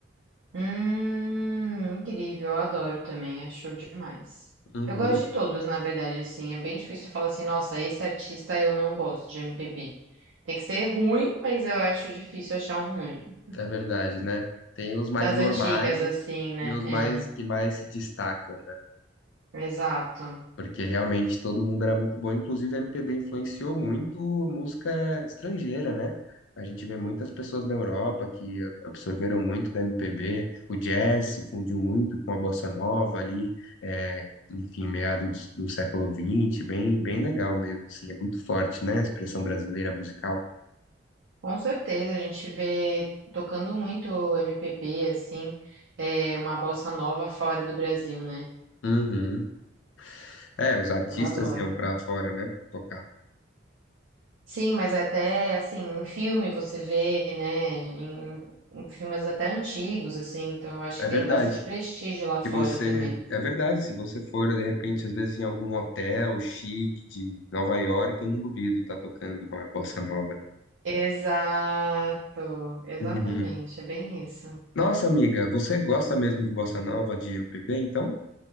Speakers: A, on the right; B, on the left.
A: Hum, incrível, eu adoro também, é show demais.
B: Uhum.
A: Eu gosto de todos, na verdade, assim, é bem difícil eu falar assim, nossa, esse artista eu não gosto de MPB. Tem que ser ruim, mas eu acho difícil achar um ruim.
B: É verdade, né? Tem os mais
A: Das
B: normais
A: antigas, assim, né?
B: e os
A: É,
B: mais que mais se destacam, né?
A: exato.
B: Porque realmente todo mundo era muito bom, inclusive a MPB influenciou muito música estrangeira, né? A gente vê muitas pessoas na Europa que a- absorveram muito da MPB, o jazz se fundiu muito com a bossa nova ali, é, enfim, meados do, do século XX, bem, bem legal mesmo, assim, é muito forte, né? A expressão brasileira musical.
A: Com certeza, a gente vê tocando muito MPB, assim, é uma bossa nova fora do Brasil, né?
B: Uhum. É, os artistas
A: Eu adoro.
B: iam pra fora, né? Tocar.
A: Sim, mas até assim, em filme você vê, né? Em, em filmes até antigos, assim, então eu acho
B: É
A: que
B: verdade.
A: tem bastante prestígio lá fora
B: Se você,
A: também.
B: é verdade, se você for de repente, às vezes em algum hotel chique de Nova York, eu não duvido tá tocando uma bossa nova, né?
A: Exato, exatamente,
B: Uhum.
A: é bem isso.
B: Nossa, amiga, você gosta mesmo de bossa nova, de MPB, então?